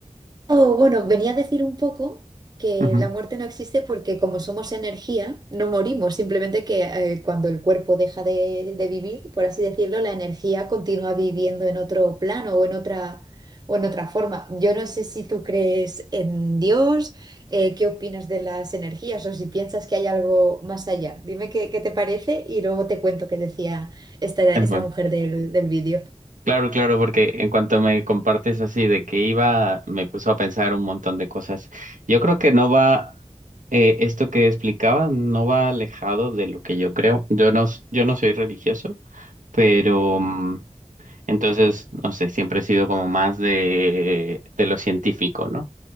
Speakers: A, on the right; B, on the right.
A: Oh, bueno, venía a decir un poco que
B: Ujú.
A: la muerte no existe porque como somos energía, no morimos, simplemente que eh, cuando el cuerpo deja de, de vivir, por así decirlo, la energía continúa viviendo en otro plano o en otra, o en otra forma. Yo no sé si tú crees en Dios, eh, qué opinas de las energías o si piensas que hay algo más allá. Dime qué, qué te parece y luego te cuento qué decía esta, esta
B: El juego.
A: mujer del, del vídeo.
B: Claro, claro, porque en cuanto me compartes así de que iba, me puso a pensar un montón de cosas. Yo creo que no va, eh, esto que explicaba no va alejado de lo que yo creo. Yo no, s- yo no soy religioso, pero mm, entonces, no sé, siempre he sido como más de, de lo científico, ¿no?